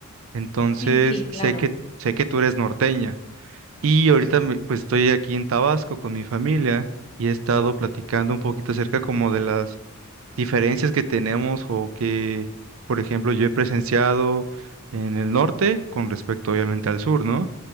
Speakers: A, on the right; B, on the left.
A: Entonces,
B: Sí, sí, claro.
A: sé que, sé que tú eres norteña. Y ahorita, me- pues, estoy aquí en Tabasco con mi familia y he estado platicando un poquito acerca como de las diferencias que tenemos o que, por ejemplo, yo he presenciado en el norte con respecto, obviamente, al sur, ¿no?